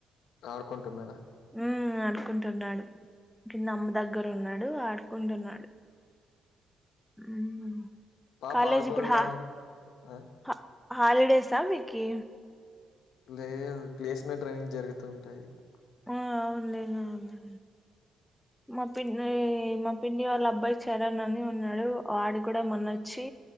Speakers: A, on the left (about 80°); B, in the centre.
A: ఆడుకుంటున్నాడా
B: ఉ ఆడుకుంటున్నాడు కింద అమ్మ దగ్గర ఉన్నాడు ఆడుకుంటున్నాడు ఊ
A: పాప
B: కాలేజ్
A: ఆడుకోడానికి
B: ఇప్పుడు హాఫ్
A: ఆ!
B: హ హాలిడేస్ ఆ మీకీ
A: లేదు ప్లేస్మ ట ట్రైంనింగ్ జరుగుతుంటాయి మాకు
B: ఆ అవునులేను అవులే మా పిన్ని మా పిన్ని వాళ్ళ అబ్బాయి చరణ్ అని ఉన్నాడు ఆడు కూడా మొన్న వచ్చి